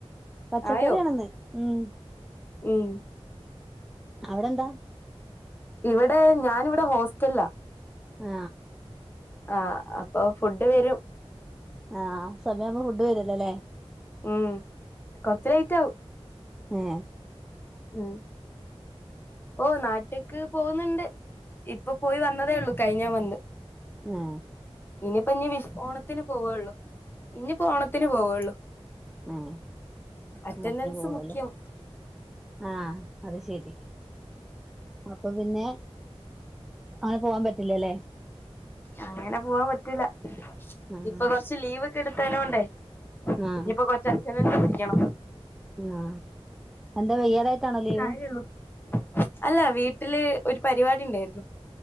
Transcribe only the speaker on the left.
ആയോ
ഉം
ഇവിടെ ഞാനിവിടെ ഹോസ്റ്റലിലാ
ആ അപ്പൊ ഫുഡ് വരും
ഉം കൊറച്ച് ലെയ്റ്റാവും
ഉം ഓ നാട്ട്ക്ക് പോന്നുണ്ട് ഇപ്പൊ പോയി വന്നതേ ഉള്ളൂ കഴിഞ്ഞ മന്ത്
ഇനിപ്പോ ഇനി വിഷ് ഓണത്തിന് പോവുള്ളു ഇനിയിപ്പോ ഓണത്തിന് പോവുള്ളു
അറ്റൻഡൻസ്
മുഖ്യം
അങ്ങനെ പോവാൻ പറ്റൂല
ഇപ്പൊ കൊറച്ച് ലീവ് ഒക്കെ എടുത്താനും കൊണ്ടേ
ഇനിയിപ്പൊ കൊറച്ച് <unintelligible> ക്കണം
കാര്യള്ളൂ അല്ല വീട്ടില് ഒരു പരിപാടി ഇണ്ടായിരുന്നു